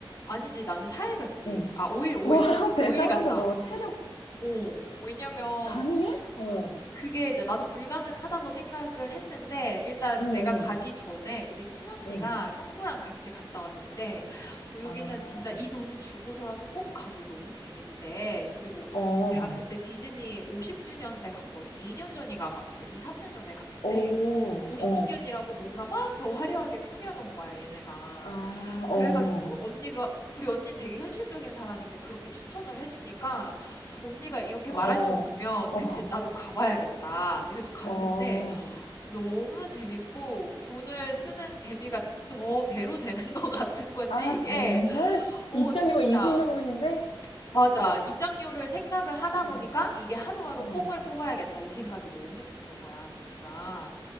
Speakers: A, on the left (about 35°); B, on the left (about 80°).
A: 아니지, 나는 4일 갔지.
B: 응.
A: 아, 5일, 5일.
B: 와, <laughs>
A: 5일
B: 대단하다.
A: 갔다.
B: 너 체력
A: 어, 왜냐면
B: 가능해? 어.
A: 그게 이제 나도 불가능하다고 생각을 했는데 일단
B: 응,
A: 내가 가기
B: 응,
A: 전에 우리 친언니가
B: 응.
A: 형부랑 같이 갔다 왔는데 어, 여기는
B: 아,
A: 진짜 이 돈을 주고서라도 꼭 가도 너무 재밌대. 그리고
B: 어.
A: 내가 그때 디즈니 50주년 때 갔거든. 2년 전인가 가, 2, 3년 전에 갔는데
B: 오,
A: 50주년이라고
B: 어.
A: 뭔가 막 더 화려하게 꾸며놓은 거야, 얘네가.
B: 아,
A: 그래가지고
B: 어.
A: 언니가 우리 언니는 되게 현실적인 사람인데 그렇게 추천을 해주니까 언니가 이렇게
B: 더.
A: 말할 정도면
B: 어.
A: 그치 나도 가봐야겠다 이래서 갔는데
B: <laughs> 어.
A: 너무 재밌고 돈을 쓰는 재미가 더 배로 되는 <laughs> 것 같은 거지
B: 아,
A: 이게
B: 정말?
A: 어
B: 입장료가
A: 진짜
B: 20만 원인데?
A: 맞아 입장료를 생각을 하다
B: 어.
A: 보니까 이게 하루하루
B: 어.
A: 뽕을 뽑아야겠다 이 생각이 너무 드는 거야 진짜